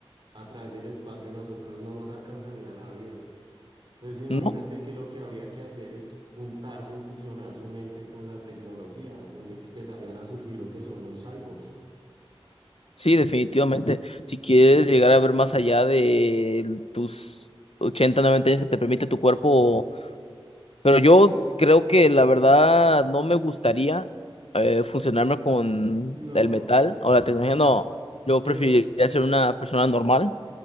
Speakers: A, on the right; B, on the left.
A: a través del espacio, nosotros no nos alcanzaría la vida. Entonces imagínate
B: ¿No?
A: que lo que habría que hacer es juntarse o fusionar su mente con la tecnología, donde empezarían a surgir lo que son los cyborgs.
B: Sí, definitivamente. Si quieres llegar a ver más allá de tus ochenta 90 años que te permite tu cuerpo Pero yo creo que la verdad no me gustaría eh, funcionarme con
A: No,
B: el metal o la tecnología. No, yo
A: pierdo.
B: preferiría ser una persona normal.